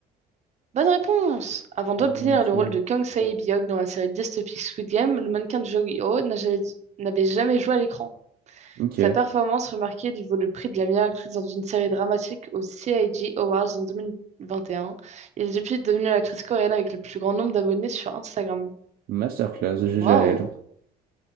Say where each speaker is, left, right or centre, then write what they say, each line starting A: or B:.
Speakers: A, on the right; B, on the right.
A: Bonne réponse! Avant d'obtenir
B: Let's
A: le
B: go.
A: rôle de Kang Sae-biok dans la série dystopique Squid Game, le mannequin de Joo-ho n'a jamais- n'avait jamais joué à l'écran.
B: Ok.
A: Sa performance remarquée lui vaut le prix de la meilleure actrice dans une série dramatique aux CIG Awards en 2021. Elle est depuis devenue l'actrice coréenne avec le plus grand nombre d'abonnés sur Instagram.
B: Masterclass, GGL.
A: Waouh!